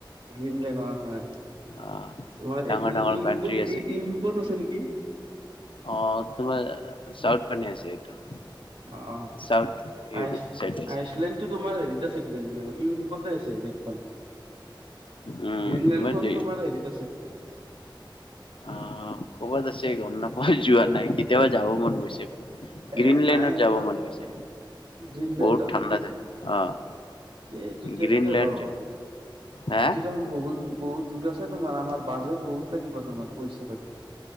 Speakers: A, on the right; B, on the left.
A: Greenland হয়
B: আহ
A: তোমাৰ
B: ডাঙৰ
A: এইটো
B: ডাঙৰ
A: ইউৰোপত
B: কানট্ৰি আছে
A: ই ইউৰোপত আছে নেকি
B: অঁ তোমাৰ চাউথ ফালে আছে এইটো।
A: অঁ
B: চাউথ ইউৰোপ
A: আইচ
B: চাইড আছে
A: আইচলেণ্ডটো তোমাৰ হেৰিত আ ইউৰোপত আছে দেশখন
B: উম
A: গ্ৰীণলেণ্ডখন
B: বাট
A: তোমাৰ হেৰিত আছে
B: অঁ ক'বাত আছে গম নাপ যোৱা নাই কেতিয়াবা যাব মন গৈছে গ্ৰীণলেণ্ডত
A: এ নাই এইবিলাক
B: যাব মন গৈছে
A: গ্ৰীণলেণ্ডত
B: বহুত ঠাণ্ডা যায় অ'
A: এই এইটো
B: গ্ৰীণলেণ্ড
A: কেনেকে হ'বা বাৰু এইটো
B: হা
A: দেখোন বহুত বহুত দূৰ আছে তোমাৰ আমাৰ বাজে বহুত লাগিব তোমাৰ পইচা পাতি